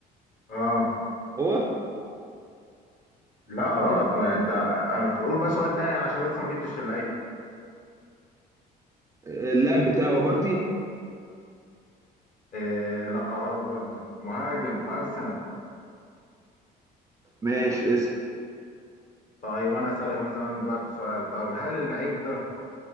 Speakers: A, on the left; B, on the right.
A: اه
B: هو
A: لا غلط ما انت انا قول بقى سؤال تاني علشان لسه ما جبتش اللعيب
B: آه، اللاعب بتاعه بارتي
A: آه لا غلط برضو مهاجم في ارسنال
B: ماشي اس...
A: طيب انا هسألك مثلا دلوقتي سؤال طب هل اللعيب ده